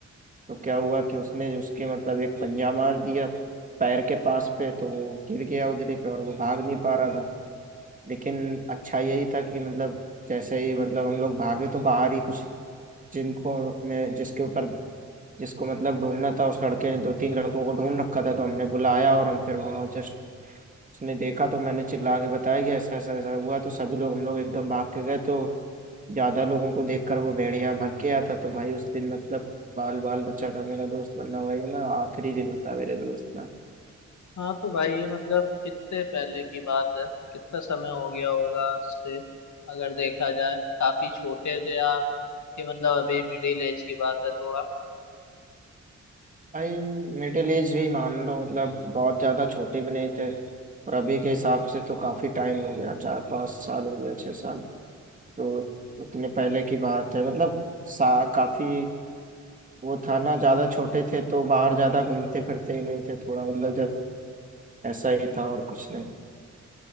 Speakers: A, on the right (about 25°); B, on the left (about 75°).
A: तो क्या हुआ कि उसने उसके मतलब एक पंजा मार दिया पैर के पास पे तो वो गिर गया उधर ही पे और वो भाग नहीं पा रहा था लेकिन अच्छा यही था कि मतलब जैसे ही मतलब हम लोग भागे तो बाहर ही कुछ जिनको मैं जिसके ऊपर जिसको मतलब ढूंढना था उस लड़के ने दो तीन लड़कों को ढूंढ रखा था तो हमने बुलाया और हम फिर वहाँ जस्ट उसने देखा तो मैंने चिल्ला के बताया कि ऐसा ऐसा ऐसा हुआ तो सभी लोग हम लोग एकदम भाग के गए तो ज्यादा लोगों को देखकर वो भेड़िया भाग गया था तो भाई उस दिन मतलब बाल बाल बच्चा था मेरा दोस्त वरना भाई ना आखिरी दिन था मेरे दोस्त का
B: हाँ तो भाई ये मतलब कितने पहले की बात है कितना समय हो गया होगा उससे अगर देखा जाए काफी छोटे थे आप कि मतलब अभी मिडिल एज की बात है थोड़ा
A: भाई मिडिल एज भी मान लो मतलब बहुत ज्यादा छोटे भी नहीं थे और अभी के हिसाब से तो काफी टाइम हो गया चार पाँच साल हो गया छह साल तो उतने पहले की बात है मतलब सा काफी वो था ना ज्यादा छोटे थे तो बाहर ज्यादा घूमते फिरते ही नहीं थे थोड़ा मतलब जब ऐसा ही था और कुछ नहीं